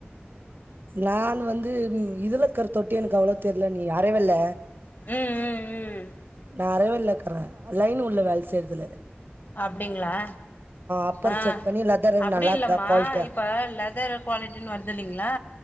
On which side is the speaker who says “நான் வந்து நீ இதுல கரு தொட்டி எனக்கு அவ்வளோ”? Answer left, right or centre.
Right